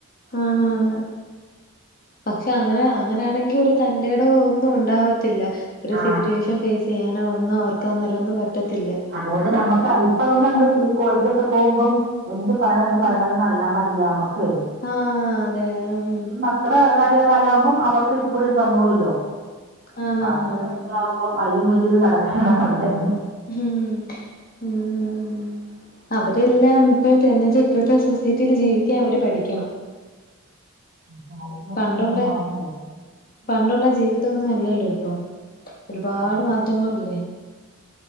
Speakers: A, on the left (about 40°); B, on the right (about 45°).
A: ആണ് ആണ് പക്ഷെ അങ്ങനെ അങ്ങനാണെങ്കി ഒരു തന്റേടവോ ഒന്നും ഉണ്ടാവ ത്തില്ല ഒരു
B: ആ
A: സിറ്റുവേഷൻ ഫേസ് ചെയ്യാനോ ഒന്നും അവർക്ക് അന്നേരം ഒന്നും പറ്റത്തില്ല
B: അതുകൊണ്ട് നമ്മുക്ക് ഇപ്പളൊന്നും നമ്മക്ക് കോളേജിലൊക്കെ പോകുമ്പം എന്ത് പറയണം എന്ത് പറയണ്ടാന്നൊന്നും
A: ഉം
B: അറിയാൻ പാടില്ല നമ്മക്ക്
A: ആ അതെ ഉം
B: മക്കടെ കാര്യ കാല ആകുമ്പോം അവർക്ക് ഇച്ചരെയും കൂടി ഇത് വന്നോളൂല്ലോ
A: ആന്ന്
B: അപ്പ
A: ആന്ന്
B: അവരുടെ
A: ആന്ന്
B: <unintelligible> അപ്പം അതിലും വലിയത് നടക്കാനാ ഒള്ളായിരുന്നു
A: ഉം ഉം അവരെല്ലാം ഇപ്പോഴത്തെ എന്ന് വെച്ചാ ഇപ്പഴത്തെ സൊസൈറ്റിയില് ജീവിക്കാൻ അവര് പഠിക്കണം
B: കാലത്തിനൊപ്പം
A: പണ്ടുള്ള
B: നമ്മളും മാറണോല്ലോ
A: പണ്ടുള്ള ജീവിതം ഒന്നും അല്ലല്ലോ ഇപ്പം ഒരുപാട്
B: അതല്ല
A: മാറ്റങ്ങൾ ഇല്ലേ